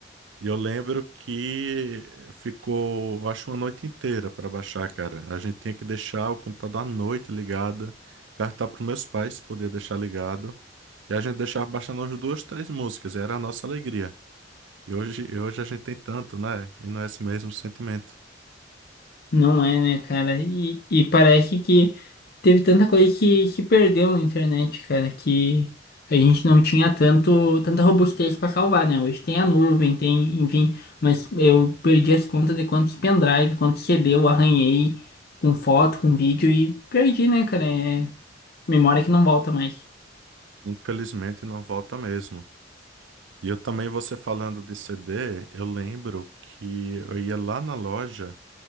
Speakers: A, on the right; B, on the left.
A: E eu lembro que ficou, acho, uma noite inteira para baixar, cara. A gente tinha que deixar o computador à noite ligado, perguntar para meus pais se podia deixar ligado. E a gente deixava baixando as duas, três músicas. E era a nossa alegria. E hoje, e hoje a gente tem tanto, né? E não é esse mesmo sentimento.
B: Não é, né, cara? E, e parece que teve tanta coisa que se perdeu na internet, cara, que a gente não tinha tanto, tanta robustez pra salvar, né? Hoje tem a nuvem, tem, enfim, mas eu perdi as contas de quantos pendrive, quantos CD eu arranhei com foto, com vídeo e perdi, né, cara? É memória que não volta mais.
A: Infelizmente não volta mesmo. E eu também, você falando de CD, eu lembro que eu ia lá na loja